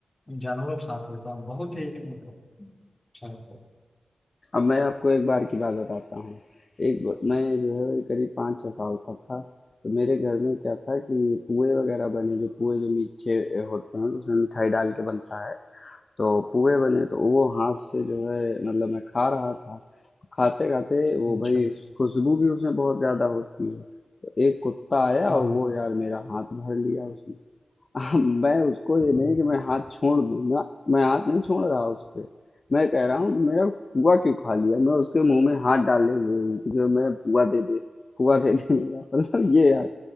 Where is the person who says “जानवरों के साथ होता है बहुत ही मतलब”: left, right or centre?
Left